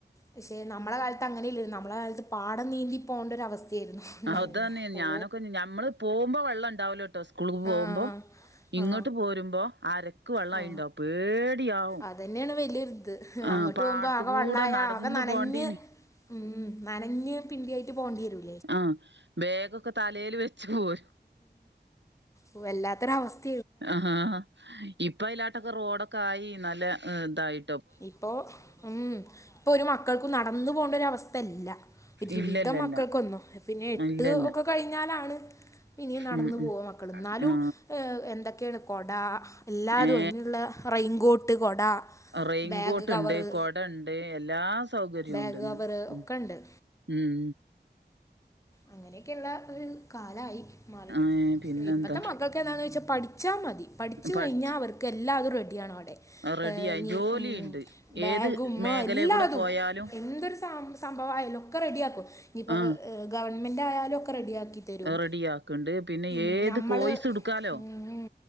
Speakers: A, on the left; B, on the right.
A: പക്ഷെ നമ്മടെ കാലത്ത് അങ്ങനെയില്ല നമ്മുടെ കാലത്ത് പാടം നീന്തി പോകേണ്ട ഒരു അവസ്ഥയായിരുന്നു ഉണ്ടായിരുന്നേ
B: ആഹ് അത് തന്നെ ഞാനൊക്കെ
A: ഓ
B: ഞമ്മള് പോകുമ്പോ വെള്ളം ഉണ്ടാവല്ലോ കേട്ടോ സ് സ്കൂളക്ക് പോകുമ്പോൾ
A: ആ
B: ഇങ്ങോട്ട്
A: ആ
B: പോരുമ്പം അരക്ക് വെള്ളമണ്ടാവും
A: ആ
B: പേടിയാവും
A: അതന്നെയാണ് വലിയൊരിത്
B: ആഹ്
A: അങ്ങോട്ട്
B: പാടത്ത
A: പോകുമ്പോൾ ആകെ
B: കൂടെ
A: വെള്ളമായ
B: നടന്ന്‌
A: ആകെ നനഞ്ഞ്
B: പോണ്ടീനി
A: ഉം നനഞ്ഞ് പിണ്ടി ആയിട്ട് പോകേണ്ടി വരും
B: ആഹ് ബേഗൊക്കെ തലൽ വെച്ച് പോരും
A: ഓ വല്ലാത്തൊരവസ്ഥ
B: ആഹ് ഇപ്പയിലാട്ടൊക്കെ റോഡൊക്കെ ആയി നല്ല ഏഹ് ഇതായി്
A: ഇപ്പോ ഉം ഇപ്പൊ ഒരു മക്കൾക്കും നടന്നു പോണ്ട ഒരു അവസ്ഥല്ല ഒരുവിധം
B: ഇല്ലല്ലല്ല
A: മക്കൾക്കൊന്നും പിന്നെ എട്ട്
B: ഇല്ലല്ല
A: ഒക്കെ കഴിഞ്ഞാലാണ് പ്പഇനിയും നടന്നു
B: ഉം
A: പോക
B: ഉം
A: മക്കൾ ന്നാലും
B: ആ
A: ഏഹ് എന്തൊക്കെയാണ് കൊട എല്ലാതും
B: ഏ
A: അയിനുള്ള റെൈയിൻകോട്ട് കൊട
B: റെയിൻകോട്ട്
A: ബാഗ് കവറ്
B: ഉണ്ട് കൊടണ്ട് എല്ലാ സൗകര്യവും
A: ബാഗ്
B: ഉണ്ട് ഇന്ന്
A: കവറ്
B: ഉം
A: ഒക്കെ ഉണ്ട്
B: ഉം
A: അങ്ങനെയൊക്കെയുള്ള ഒരു കാലായി മാറി
B: ആ പിന്നെന്താ
A: ഇപ്പത്തെ മക്കൾ‌ക്ക്‌ ക്കെന്താന്ന് ചോയിച്ചാ പഠിച്ചാ മതി പഠിച്ചു
B: പഠിച്ച്
A: കഴിഞ്ഞാൽ അവർക്ക് എല്ലാതും റെഡിയാണവിടെ
B: റെഡിയായി
A: ഏഹ് ഇനി
B: ജോലിയുണ്ട്
A: ഉം ബാഗും
B: ഏത് മേഖലേ
A: ആഹ് എല്ലാതും
B: കൂടെ പോയാലും
A: എന്തൊരു താം സംഭവായാലും ഒക്കെ റെഡിയാക്കും ഇനിയിപ്പോഅത്
B: ആ
A: ഏഹ് ഗവൺമെന്റ് ആയാലും ഒക്കെ റെഡിയാക്കി തരും
B: റെഡിയാക്ക്ണ്ട് പിന്നെ
A: ഉം
B: ഏത്
A: നമ്മള്
B: കോഴ്സ് എടുക്കാലോ
A: ഉം